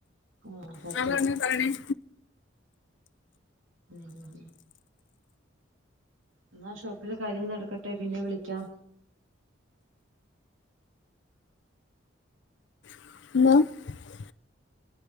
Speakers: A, on the right; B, on the left.
A: ആഹ് സത്യം
B: <unintelligible> പഴങ്കഞ്ഞി
A: ഉം ഉം എന്നാ ഷോപ്പില് കാര്യങ്ങൾ നടക്കട്ടെ പിന്നെ വിളിക്കാം
B: <unintelligible>